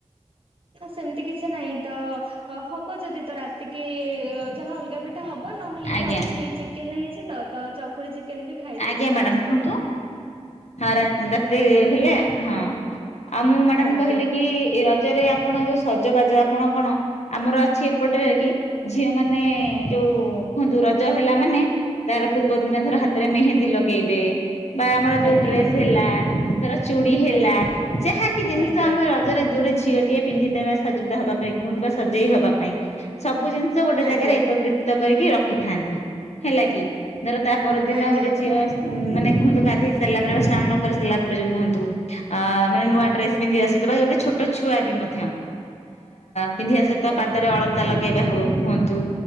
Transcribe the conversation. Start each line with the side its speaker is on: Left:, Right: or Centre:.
Right: ନା ସେମିତି କିଛି ନାହିଁ ତ ଅ ହବ ଯଦି ତରାତିକି ଯାହା ଅଲଗା ପିଠା ହବ ନହେଲେବି
Left: ଆଜ୍ଞା
Right: ଅଛି ଚିକେନ ହେଇଛିତ ତଚକୁଳି ଚିକେନବି ଖାଇଦବୁ
Left: ଆଜ୍ଞା
Right: ହେଇଯିବ।
Left: ମ୍ୟାଡାମ କୁହନ୍ତୁ ହଁ ରାତି ରାତିରେ
Right: ଆଜ୍ଞା
Left: ହେଲେ ହଁ ଆଉ ମୁଁ ମ୍ୟାଡ଼ାମ୍
Right: ଆଜ୍ଞା
Left: କହିଲିକି ଏ ରା ରଜରେ ଆପଣ ଯୋଉ ସଜବାଜ ଆପଣ କଣ ଆମର ଅଛି ଏପଟରେକି ଝିଅ ମାନେ ଯୋଉ କୁହନ୍ତୁ ରଜ ହେଲା ମାନେ ତାର ପୂର୍ବ ଦିନ ଧର ହାତରେ ମେହେନ୍ଦୀ ଲଗେଇବେ ବା ଆମର
Right: ଆଜ୍ଞା
Left: ଯୋଉ ଡ୍ରେସ୍
Right: ଆଜ୍ଞା
Left: ହେଲା ଧର ଚୁଡ଼ି ହେଲା
Right: ଆଜ୍ଞା
Left: ଯାହାକି ଜିନିଷ
Right: ଆଜ୍ଞା
Left: ଆମେ ରଜ ଜରେ ଯୋଉଟେ ଝିଅଟିଏ ପିନ୍ଧଥିବା ସଜିତ ହେବା ପାଇଁ କୁହନ୍ତୁ ବା ସଜେଇ ହବା ପାଇଁ ସବୁ ଜିନିଷ ଗୋଟେ
Right: ଆଜ୍ଞା
Left: ଜାଗାରେ ଏକତ୍ରିତ କରିକି ରଖିଥାନ୍ତି। ହେଲାକି ଧର ତାପର ଦିନ
Right: ଆଜ୍ଞା
Left: ଗୋଟେ ଝିଅ ମାନେ କୁହନ୍ତୁ ଗାଧେଇ ସାରିଲା ପରେ ବା ସ୍ନାନ କରିସାରିଲା ପରେ ଯଉ କୁହନ୍ତୁ ଆ ମାନେ ନୂଆ ଡ୍ରେସ୍ ପିନ୍ଧି ଆସୁଥିବା ଗୋଟେ ଛୋଟ ଛୁଆବି ମଧ୍ୟ ଆଁ ପିନ୍ଧି ଆସୁ
Right: ଆଜ୍ଞା
Left: ତାପାଦ ଅଳତା ଲଗେଇବା ହୋଉ ହୁଅନ୍ତୁ